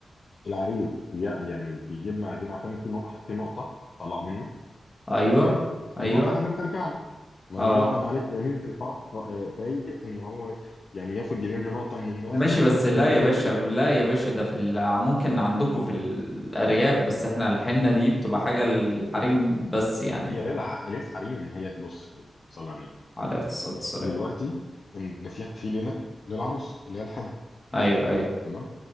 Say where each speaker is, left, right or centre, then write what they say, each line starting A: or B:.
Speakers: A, on the left (about 55°); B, on the left (about 20°).
A: العريس بي- يعني بيجيب معزوم عشان في نقطه في نقطه طلع منه
B: ايوه
A: تمام فالنقطه
B: ايوه
A: لازم ترجع له ما
B: اه
A: النقطه معلش مين في الفرح ف- فايق ان هو يعني ياخد يلم نقطه من الناس
B: ماشي
A: ويحط
B: بس لا
A: في جيبه
B: يا باشا لا يا باشا ده في ال... ممكن عندكم في الأرياف بس احنا الحنة دي بتبقى حاجة الحريم بس يعني
A: هي
B: فاهم
A: ليه الع- ليه الحريم ما هي بص يا حبيبي صلى على النبي
B: على اقتصاد السريع
A: دلوقتي ان في في ليله للعروسه اللي هي الحنه
B: ايوه ايوه
A: تمام